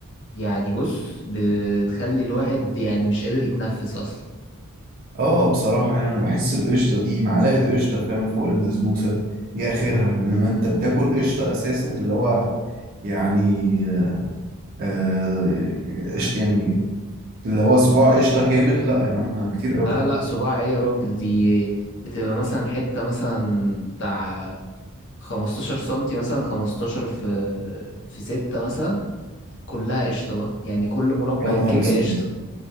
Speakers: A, on the left; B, on the right.
A: يعني بص بتخلي الواحد يعني مش قادر يتنفس اصلا
B: اه بصراحة يعني انا بحس القشطة دي معلقة قشطة فاهم فوق البسبوسة دي اخرها انما انت بتاكل قشطة اساسا اللي هو يعني آه قش- يعني اللي هو صباع قشطة كامل لا يا عم كتير
A: لا
B: قوي
A: لا صباع ايه يا راجل دي بتبقى مثلا حتة مثلا بتاع 15 سنتي مثلا 15 في في 6 مثلا كلها قشطة بقى يعني كل مربع
B: يا نهار
A: الكيكة
B: اسود
A: قشطة